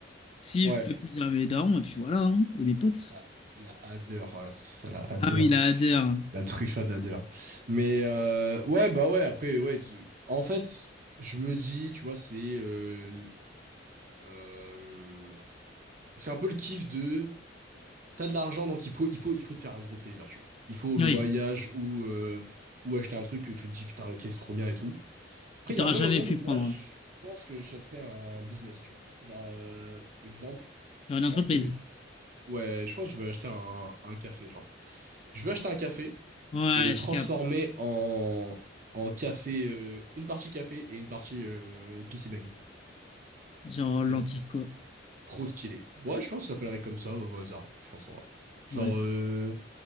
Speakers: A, on the left; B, on the right.
A: Si
B: ouais,
A: je fais plaisir à mes darons et puis voilà hein, et mes potes.
B: la, la Hader, voilà, c'est ça, la Hader,
A: Ah oui, la ADR.
B: la truffade Hader. Mais euh, ouais, bah ouais, après, ouais, c'est- en fait, je me dis, tu vois, c'est euh, l- euh, c'est un peu le kiff de t'as de l'argent, donc il faut il faut il faut te faire un gros plaisir, tu vois. Il faut au
A: Oui,
B: voyage ou euh, ou acheter un truc que tu te dis putain, ok, c'est trop bien et tout. Après,
A: que t'auras
B: il y a un même
A: jamais
B: moment
A: pu
B: où
A: prendre.
B: moi, je
A: hein.
B: pense que j'achèterais un business, tu vois. Genre, euh, exemple,
A: Genre
B: je
A: une entreprise.
B: pense que... j- Ouais, je pense que je vais acheter un, un café, genre. Je vais acheter un café
A: Ouais,
B: et le transformer
A: je capte.
B: en, en café... euh, une partie café et une partie euh, PC Bang.
A: Genre
B: Ce
A: l'antico.
B: serait trop stylé. Ouais, je pense que je l'appellerais comme ça, ouais, au hasard, je pense. en vrai. Genre,
A: Ouais.
B: euh,